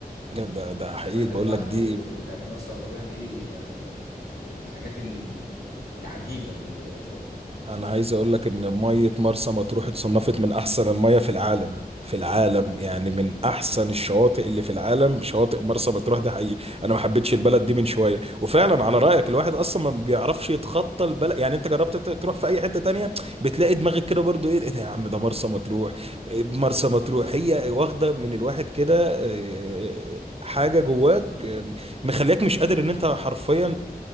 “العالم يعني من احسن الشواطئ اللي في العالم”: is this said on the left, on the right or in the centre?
Right